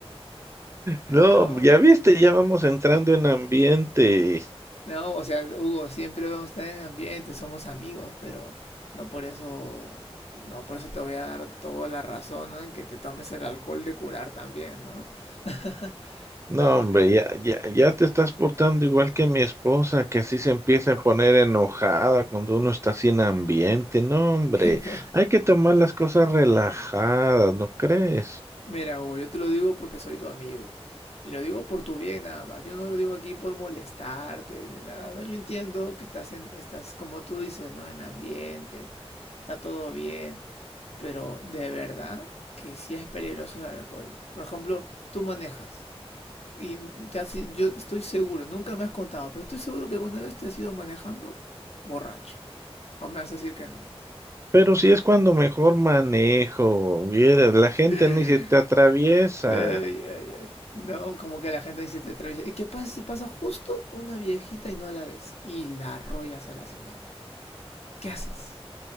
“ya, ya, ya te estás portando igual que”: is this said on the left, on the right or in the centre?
Right